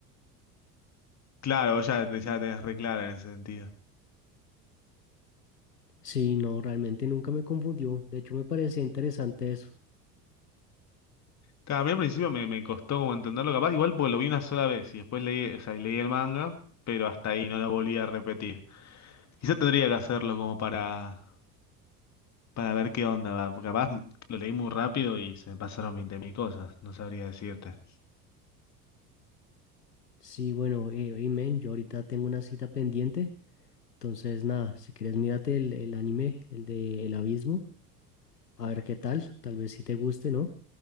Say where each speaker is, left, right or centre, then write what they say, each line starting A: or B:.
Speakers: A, on the left; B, on the left.
A: claro, vos ya, te- ya la tenés re clara en ese sentido.
B: Sí, no, realmente nunca me confundió. De hecho, me parecía interesante eso.
A: Claro, a mí al principio me, me costó como entenderlo, capaz igual porque lo vi una sola vez y después leí, o sea, y leí el manga, pero hasta ahí no lo volví a repetir. Quizás tendría que hacerlo como para, para ver qué onda, va, porque capaz lo leí muy rápido y se me pasaron 20.000 cosas, no sabría decirte.
B: Sí, bueno, eh, y men, yo ahorita tengo una cita pendiente. Entonces, nada, si quieres mírate el, el anime, el de El Abismo, a ver qué tal. Tal vez si te guste, ¿no?